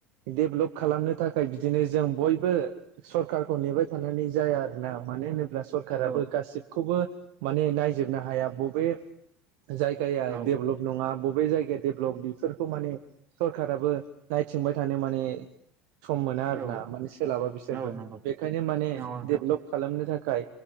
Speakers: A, on the right; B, on the right.
A: डेभेलप खालामनो थाखाय बिदिनो जों बयबो सरखारारखौ नेबाय थानानै जाया आरोना मानो होनोब्ला सरखाराबो
B: औ
A: गासिबखौबो माने नायजोबनो हाया बबे जायगाया
B: औ
A: डेभेलप नङा बबे जायगाया डेभेलप बेफोरखौ माने सरखाराबो नायथिंबाय थानो माने सम मोना आरोना
B: औ
A: माने सोलाबा बिसोरबो
B: नंगौ नंगौ
A: बेखायनो माने
B: नोंथां
A: डेभेलप खालामनो थाखाय